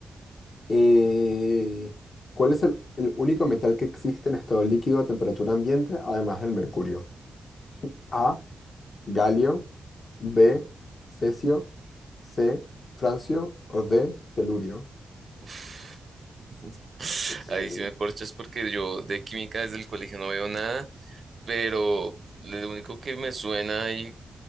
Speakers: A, on the left (about 55°); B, on the right (about 50°).
A: Eh, ¿cuál es el, el único metal que existe en estado líquido a temperatura ambiente, además del mercurio? A, galio, B, cesio, C, francio o D, telurio.
B: Uf. <laughs> Ahí
A: Mm.
B: sí me corchas
A: <laughs>
B: porque yo de química desde el colegio no veo nada, pero lo único que me suena y,